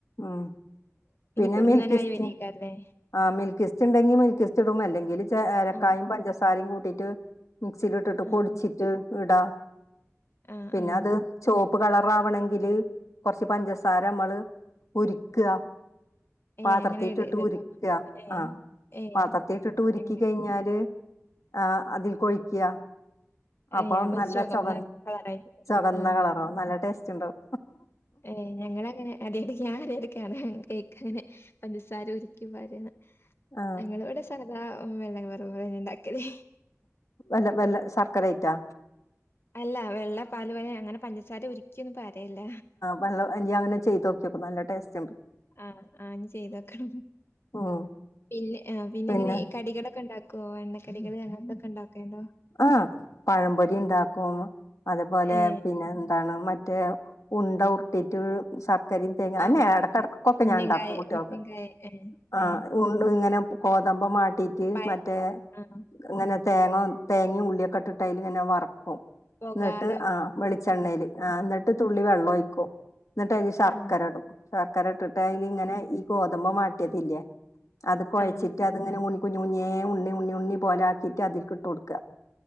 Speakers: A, on the left (about 80°); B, on the left (about 50°).
A: ഉം പിന്നെ
B: കുറുന്നനായി
A: മിൽക്കിസ്റ്റ്
B: വരേക്കാരല്ലേ?
A: ആഹ് മിൽക്കിസ്റ്റ് ഉണ്ടെങ്കി മിൽക്കിസ്റ്റ് ഇടും അല്ലെങ്കിൽ ഏലക്കായും
B: ആഹ്
A: പഞ്ചസാ സാരയും കൂട്ടിയിട്ട് മിക്സില് ഇട്ടിട്ട് പൊടിച്ചിട്ട്
B: ആഹ്
A: ഇടാ
B: ആ
A: പിന്നെ
B: ആ
A: അത് ചുവപ്പ് കളറാവണവെങ്കില് കൊറച്ച് പഞ്ചസാര നമ്മള് ഉരുക്കാ
B: ഏയ്
A: പാത്രത്തിട്ടിട്ട്
B: അങ്ങനെ ഇടരുതട്ടോ.
A: ഉരുക്ക
B: ഏയ്
A: ആഹ്
B: ഏയ്
A: പാത്രത്തിട്ടിട്ട് ഉരുക്കി
B: അങ്ങ
A: കഴിഞ്ഞാല് ആഹ് അതില്ക്ക് ഒഴിക്ക അപ്പം
B: ഏയ് അപ്പൊ
A: നല്ല
B: ചുവന്ന
A: ചൊവ
B: കളറായിരിക്കും.
A: ചൊകന്ന
B: ആ
A: കളറാവും നല്ല ടേസ്റ്റ് ഉണ്ടാവും
B: ഏയ് ഞങ്ങളങ്ങനെ <unintelligible> കേക്ക് <unintelligible> പഞ്ചസാര ഉരുക്കി വരണ്.
A: ആ
B: ഞങ്ങളിവിടെ സാധാ വെള്ളപ്പാലുപോലെ ഇണ്ടാക്കല്
A: വെല്ലം വെല്ലം സർക്കരയിട്ടാ
B: അല്ലാ വെള്ളപാലുപോലെ അങ്ങനെ പഞ്ചസാര ഉരുക്കിയൊന്നും പരയല്ല.
A: വെള്ളം ഇനിയങ്ങനെ ചെയ്തുനോക്കിയപ്പം നല്ല ടേസ്റ്റൊണ്ട്.
B: ആ ആ ഇനി ചെയ്തോക്കാം
A: ഉം
B: പിന്നെ ആ പിന്നെയെങ്ങനെ
A: പിന്നെ
B: ഇ കടികളൊക്കെ ഉണ്ടാ ക്കൊ എണ്ണക്കടികള് അങ്ങെൻത്തെക്കെ ഉണ്ടാക്കേൻണ്ടോ
A: ആ പഴംപൊരി ഇണ്ടാക്കും അതെപോലെ
B: ഏ
A: പിന്നെയെന്താണ് മറ്റേ ഉണ്ട ഉരുട്ടീട്ട് സർ കരീം തേങ്ങ ആന്നെ
B: ആ
A: എടക്കെടക്കൊക്കെ
B: ഉന്നങ്കായ
A: ഞാൻ ഇണ്ടാക്കും കുട്ടികൾക്ക്
B: ഉന്നങ്കായ ഏ
A: ആ
B: ഏ
A: ഉണ്ട ഇങ്ങനെ. ഗോതമ്പും വാട്ടീട്ട്
B: പായ
A: മറ്റേ
B: ആ
A: ഇങ്ങനെ തേങ്ങാ തേങ്ങയും ഉള്ളിയൊക്കെയിട്ടിട്ട് അയിലിങ്ങനെ വറക്കും.
B: പൊകാട
A: എന്നിട്ട് ആ വെളിച്ചെണ്ണേല് ആ എന്നിട്ട് തുള്ളി വെള്ളൊഴിക്കും. എന്നിട്ട് അയില് ശർക്കരയിടും
B: ആ
A: ശർക്കര ഇട്ടിട്ട് അയിലിങ്ങനെ ഇ ഗോതമ്പ് വാട്ടിയതില്ലേ അതുകൊഴച്ചിട്ട്
B: ആ ആ
A: അതിങ്ങനെ ഉണ്ണി കുഞ്ഞ് കുഞ്ഞിയേ ഉണ്ണി ഉണ്ണി ഉണ്ണി പോലെ ആക്കിയിട്ട് അതിൽകിട്ടുകൊടുക്കുക.